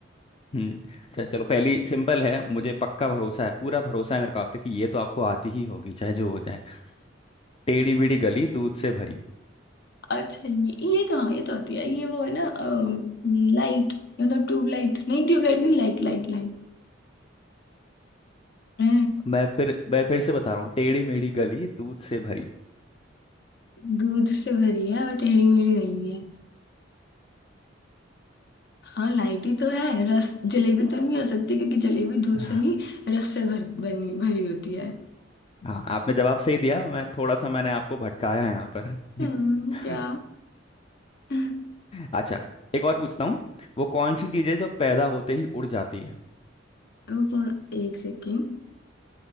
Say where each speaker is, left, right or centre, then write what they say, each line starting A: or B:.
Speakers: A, on the left; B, on the left.
A: हम्म अच्छा चलो पहली सिंपल है मुझे पक्का भरोसा है पूरा भरोसा है मेरे को आप पे कि ये तो आपको आती ही होगी चाहे जो हो जाए टेढ़ी मेढ़ी गली दूध से भरी
B: अच्छा ये ये कहाँ ये तो आती है ये वो है ना लाइट मतलब ट्यूबलाइट नहीं ट्यूबलाइट नहीं लाइट लाइट लाइट है
A: मैं फिर मैं फिर से बता रहा हूँ टेढ़ी मेढ़ी गली दूध से भरी
B: दूध से भरी है और टेढ़ी मेढ़ी नहीं है हाँ लाइट ही तो है रस जलेबी तो नहीं हो सकती क्योंकि जलेबी दूध
A: हाँ
B: से नहीं रस से भर बनी भरी होती है
A: हाँ आपने जवाब सही दिया मैं थोड़ा सा मैंने आपको भटकाया है यहाँ पर
B: हम्म, क्या
A: <laughs>
B: हाँ
A: अच्छा एक और पूछता हूँ वो कौन सी चीज है जो पैदा होते ही उड़ जाती है
B: वो कौन एक सेकेंड